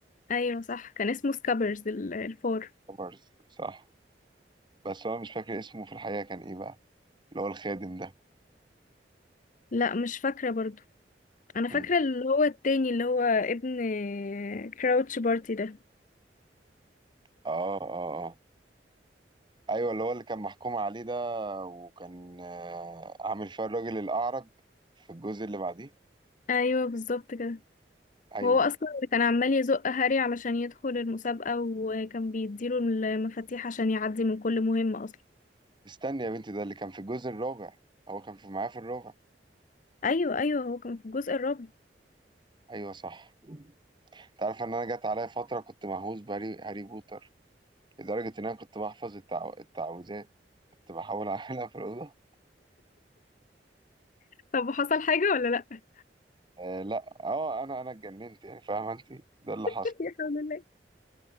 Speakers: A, on the left; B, on the right.
A: ايوه صح كان اسمه سكابرز ال- الفار
B: كوبرز صح بس هو مش فاكر اسمه في الحقيقة كان ايه بقى اللي هو الخادم ده
A: لا مش فاكرة برضو انا فاكرة
B: مم.
A: اللي هو التاني اللي هو ابن آه، كراوتش بارتي ده
B: اه اه اه ايوه اللي هو اللي كان محكوم عليه ده وكان آه، عامل فيها الراجل الأعرج في الجزء اللي بعديه
A: ايوه بالظبط كده
B: ايوه
A: وهو اصلا اللي كان عمال يزق هاري علشان يدخل المسابقة وكان بيديله المفاتيح عشان يعدي من كل مهمة اصلا
B: استني يا بنتي ده اللي كان في الجزء الرابع هو كان في معاه في الرابع
A: ايوه ايوه هو كان في الجزء الرابع
B: ايوه صح انت عارف ان انا جت عليا فترة كنت مهووس بهاري هاري بوتر لدرجة ان انا كنت بحفظ التعو... التعويذات كنت بحاول اعملها في الأوضة
A: طب وحصل حاجة ولا لا
B: آه لا اه انا انا اتجننت يعني فاهمه انت ده اللي
A: <laughs>
B: حصل
A: الحمد لله